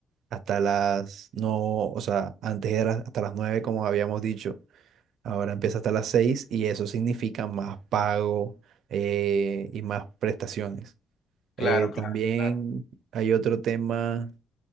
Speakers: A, on the right; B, on the left.
A: hasta las, no, o sea, antes era hasta las 9 como habíamos dicho, ahora empieza hasta las 6 y eso significa más pago eh, y más prestaciones.
B: Claro,
A: Eh,
B: claro,
A: también
B: claro.
A: hay otro tema,